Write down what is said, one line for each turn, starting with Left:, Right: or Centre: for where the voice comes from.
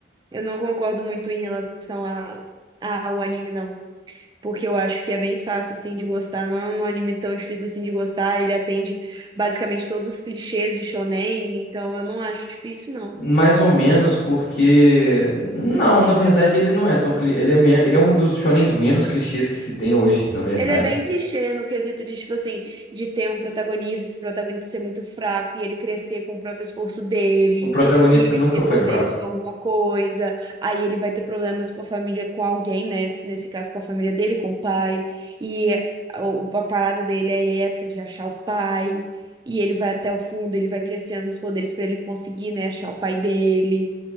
Right: Eu não concordo muito em relação a, ao anime, não. porque eu acho que é bem fácil, assim, de gostar. Não é um anime tão difícil, assim, de gostar. Ele atende basicamente todos os clichês de shonen, então eu não acho difícil, não.
Left: Mais ou menos, porque. Não, na verdade ele não é tão. cli- Ele é, men- ele é um dos shonens menos clichês que se tem hoje, na verdade.
Right: Ele é bem clichê no quesito de, tipo assim, de ter um protagonista, esse protagonista ser muito fraco e ele crescer com o próprio esforço dele
Left: O protagonista
Right: e
Left: nunca
Right: ter
Left: foi
Right: poderes
Left: fraco.
Right: com alguma coisa. Aí ele vai ter problemas com a família, com alguém, né? Nesse caso, com a família dele, com o pai. E a, o- a parada dele é essa de achar o pai. E ele vai até o fundo, ele vai crescendo os poderes pra ele conseguir, né, achar o pai dele.